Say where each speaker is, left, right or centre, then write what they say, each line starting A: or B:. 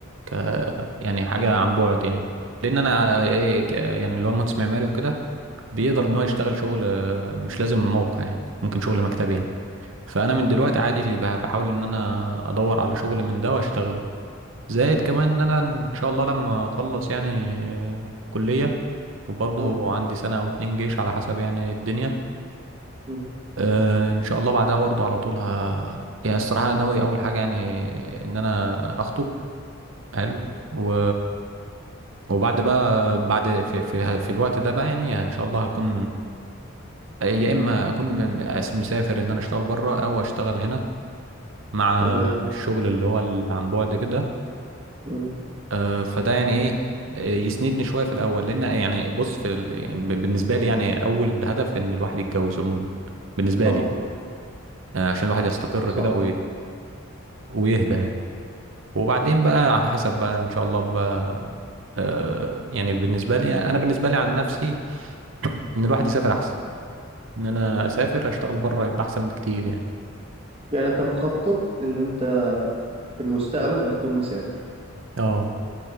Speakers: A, on the right (about 65°); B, on the right (about 25°).
A: ك يعني حاجه عن بعد يعني لان انا آه، ايه ك- يعني اللي هو مهندس معماري وكده بيقدر ان هو يشتغل شغل آه، مش لازم موقع يعني ممكن شغل مكتبي يعني فانا من دلوقتي عادي بح- بحاول ان انا ادور على شغل من ده واشتغله زائد كمان ان انا ان شاء الله لما اخلص يعني آه، كليه وبرضه
B: اه
A: عندي سنه او اتنين جيش على حسب يعني الدنيا
B: مم.
A: آه، ان شاء الله بعدها برضه على طول ه... يعني الصراحه أنا ناوي اول حاجه يعني ان انا اخطب حلو و... وبعد بقى بعد في, في, في الوقت ده بقى يعني ان شاء الله هكون يا اما اكون م- أس- مسافر ان انا اشتغل بره او اشتغل هنا مع
B: تمام
A: الشغل اللي هو اللي عن بعد كده
B: مم.
A: آه، فده يعني ايه آه، يسندني شويه في الاول لان يعني بص في ال... يعني ب- بالنسبه لي يعني اول هدف ان الواحد يتجوز عموما بالنسبه
B: طبعا
A: لي يعني، آه، عشان الواحد يستقر
B: صح
A: كده ويهدى يعني وبعدين بقى على حسب بقى ان شاء الله بقى آه يعني بالنسبه لي انا بالنسبه لي عن نفسي ان الواحد يسافر احسن ان انا اسافر اشتغل بره يبقى احسن بكتير يعني
B: يعني أنت مخطط إن أنت في المستقبل هتكون مسافر
A: اه